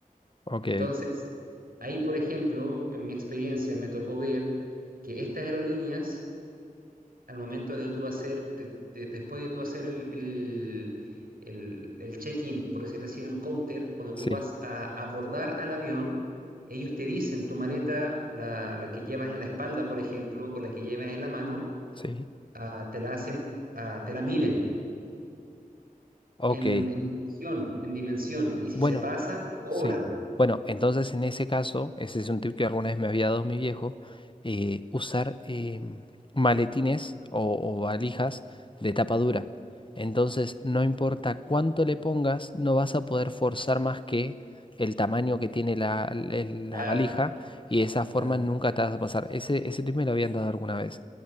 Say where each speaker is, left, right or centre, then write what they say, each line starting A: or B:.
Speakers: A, on the left; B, on the right.
A: ok,
B: Entonces, ahí, por ejemplo, en mi experiencia me tocó ver que estas aerolíneas, al momento de tú hacer, de- de- después de tú hacer el, el- el- el check-in, por decirlo así, en el counter, cuando
A: sí,
B: tú vas a abordar al avión, ellos te dicen tu maleta, la, la que llevas en la espalda, por ejemplo, o la que llevas en la mano,
A: sí,
B: ah, te la hacen, ah, te la miden.
A: ok.
B: en, en dimensión, en dimensión. Y si
A: Bueno,
B: se pasa, te cobran.
A: sí. Bueno, entonces en ese caso, ese es un tip que alguna vez me había dado mi viejo, eh, usar em, maletines o, o valijas de tapa dura. Entonces, no importa cuánto le pongas, no vas a poder forzar más que el tamaño que tiene la, el-
B: Claro,
A: la valija y de esa forma
B: claro.
A: nunca te vas a pasar. Ese, ese tip me lo habían dado alguna vez.